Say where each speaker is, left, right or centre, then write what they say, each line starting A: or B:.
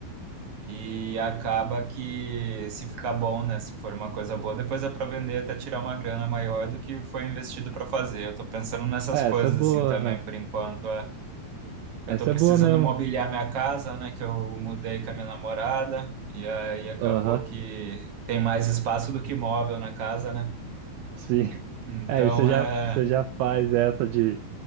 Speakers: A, on the right; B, on the right.
A: e acaba que se ficar bom, né? Se for uma coisa boa, depois dá para vender até tirar uma grana maior do que foi investido para fazer. Eu tô pensando nessas
B: É,
A: coisas
B: essa é boa,
A: assim também
B: aham.
A: por enquanto. é. Eu
B: Essa
A: tô precisando
B: é boa mesmo.
A: mobiliar minha casa, né? Que eu mudei com a minha namorada e aí acabou
B: Aham,
A: que tem mais espaço do que móvel na casa, né?
B: sim. <laughs>
A: Então
B: Aí você já,
A: é,
B: você já faz essa de